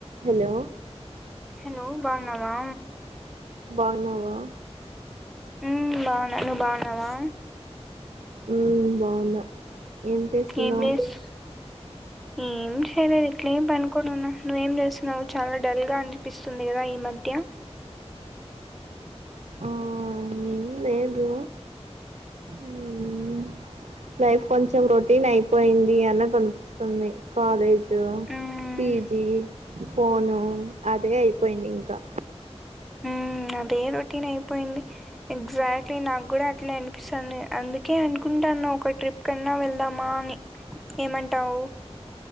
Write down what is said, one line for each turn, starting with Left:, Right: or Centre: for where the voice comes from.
Right: Hello
Centre: hello బాగున్నావా
Right: బాగున్నావా
Centre: ఉమ్ బాగున్నా నువ్వు బాగున్నావా
Right: ఉ బాగున్న ఏం చేస్తున్నావ్
Centre: ఏం చేస్ ఏం చేయలేదు ఇట్లేమ్ పనుకోనున్న నువ్వేం చేస్తున్నావు చాలా డల్ గా అనిపిస్తుంది కదా ఈ మధ్య
Right: ఆ ఏం లేదు ఉమ్ లైఫ్ కొంచెం రొటీన్ అయిపోయింది, అన్నట్లు అనిపిస్తుంది. కాలేజ్ జూ
Centre: ఉమ్
Right: పీజీ, ఫోను, అదే అయిపోయింది. ఇం క
Centre: ఉహ్, అదే రొటీన్ అయిపోయింది. ఎగ్జాక్ట్లీ, నాకు గూడ అనిపిస్తంది. అందుకే అనుకుంటన్నా, ఒక ట్రిప్ కన్నా వెళ్దామా అని ఏమంటావ్?